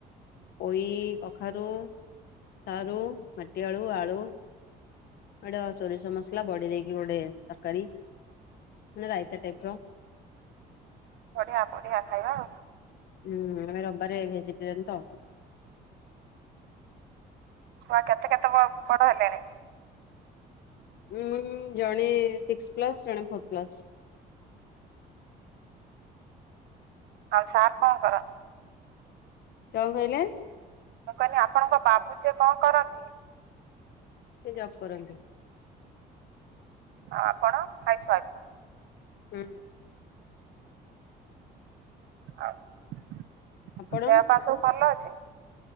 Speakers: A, on the left (about 70°); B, on the right (about 75°).
A: ପୋଇ କଖାରୁୁ ସାରୁ ମାଟିଆଳୁ ଆଳୁ କାଙ୍କଡ଼ ସୋରିଷ ମସଲା ବଢି ଦେଇକି ଗୋଟେ ତରକାରୀ ମାନେ ରାଇ। ସେୋଇପ <unintelligible>
B: ବଢିଆ ବଢିଆ ଖାଇବା ଆଉ।
A: ହୁଁ ମାନେ ରବାରେ ଭେଜିଟେରିୟନ ତ।
B: ଛୁଆ କେତେ କେତେ ବ ବଡ ହେଲେଣି?
A: ଉଁ ଜଣେ ସିକ୍ସ ପ୍ଲସ ଜଣେ ଫୋର ପ୍ଲସ।
B: ଆଉ ସାର୍ କଣ କରନ୍ତି?
A: କଣ କଇଲେ?
B: ମୁଁ କହିଲି ଆପଣଙ୍କ ବାବୁ ଯେ କଣ କରନ୍ତି?
A: ସେ ଜବ୍ କରନ୍ତି।
B: ଆଉ ଆପଣ ହାଉସ୍ ୱାଫ୍।
A: ହୁଁ।
B: ଆଉ
A: ଆପଣ
B: ଦେହପା ସବୁ ଭଲ ଅଛି।